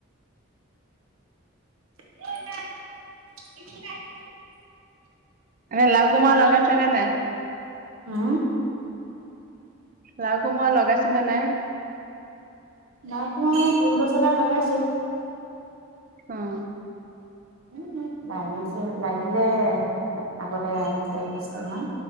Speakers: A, on the right (about 80°); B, on the right (about 40°).
A: <inaudible> <unintelligible>
B: এনে লাউ কোমৰা লগাইছেনে নাই?
A: উম।
B: লাউ কোমৰা লগাইছে নে নাই?
A: লাউ কোমৰা মানে ভোল গছ এডাল লগাইছো।
B: অ'
A: উ লাগিছে লাগিলে আগতে চাৰি পাঁচটা মান।